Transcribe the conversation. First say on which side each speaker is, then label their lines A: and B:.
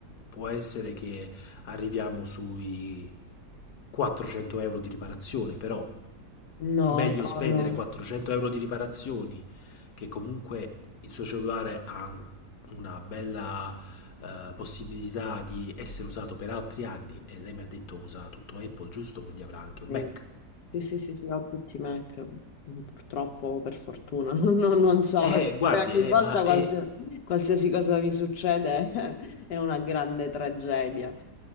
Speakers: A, on the left; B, on the left.
A: può essere che arriviamo sui 400 euro di riparazione, però
B: No,
A: meglio spendere
B: no, no.
A: 400 euro di riparazioni, che comunque il suo cellulare ha una bella eh, possibilità di essere usato per altri anni e lei mi ha detto usa tutto Apple giusto, quindi avrà anche un
B: Sì,
A: Mac.
B: sì, sì, sì, sì, ho tutti i Mac, purtroppo, o per fortuna, <laughs> No, non so
A: Eh, guardi,
B: perché
A: eh,
B: ogni volta
A: ma
B: qualsiasi,
A: è
B: qualsiasi cosa mi succede <laughs> è una grande tragedia.